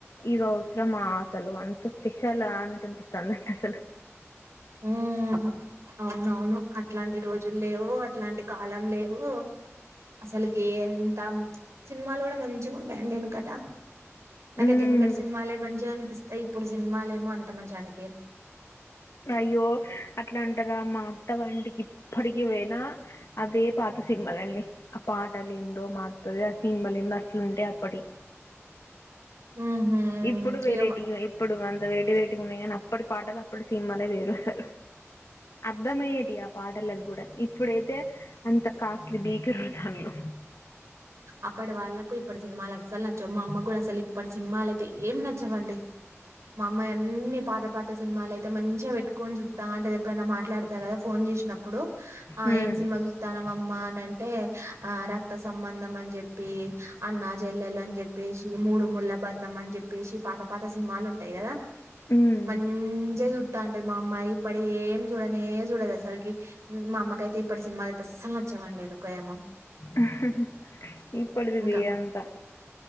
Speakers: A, on the left; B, on the right.
A: ఇగ అవసరమా అసలు అంత స్పెషల్ అన్నట్టు అనిపిస్తదండి అసలు
B: ఉమ్ అవునవును అట్లాంటి రోజులు లేవు అట్లాంటి కాలం లేవు అసలుకి ఎంత సినిమాలు కూడా మంచి ఉండేఅండి వెనుకట నాకైతే
A: మ్మ్
B: ఎనుకట సినిమాలే మంచిగా అనిపిస్తాయి ఇప్పుడు సినిమాలేమో అంత మంచి అని
A: అయ్యో అట్లా రా మా అత్త వాళ్ళింటికి ఇప్పటికి పోయినా అవే పాత సినిమాలన్ని ఆ పాటలు ఏందో మా అత్తది ఆ సీన్మలిందో అట్లుంటయి అప్పటి
B: ఉహూ
A: ఇప్పుడు వెరేటిగా
B: ఇగ వ
A: ఇప్పుడు అంత వెరటి వెరెటీగా ఉన్నాయి గని అప్పటి పాటలు అప్పటి సినిమాలే వేరు అసలు అర్థమయ్యేటి ఆ పాటలకు కూడా ఇప్పుడైతే అంత కాస్లీ భీతిరుగుతన్లు
B: అప్పటి వాళ్ళకు ఇప్పటి సినిమాలు అసలు నచ్చవు మా అమ్మ కూడా అసలు ఇప్పటి సినిమాలు అయితే ఏం నచ్చవండి మా అమ్మాయి అన్నీ పాత పాత సినిమాలు అయితే మంచిగా వేట్టుకొని చూత్తంటది ఎప్పుడైనా మాట్లాడతా కదా ఫోన్ చేసినా ఇప్పుడు ఆ
A: హ్మ్.
B: ఏం సినిమా చూస్తానవ్ అమ్మా అని అంటే ఆ రక్త సంబంధం అని చెప్పి అన్నా చెల్లెలు అని చెప్పేసి మూడుముళ్ల బంధం అని చెప్పేసి పాత పాత సినిమా మాలు ఉంటాయి కదా
A: హ్మ్.
B: మంచి అంటే మా అమ్మ ఇప్పుడు ఏం చూడనే చూడదు అసలుకి మా అమ్మకైయితే ఇప్పటి సినిమాలు అయితే అసలు నచ్చవు ఏమండి ఎందుకో ఏమో
A: మ్మహ్హ్ ఇప్పుడిది
B: ఇంకా
A: వే అంతా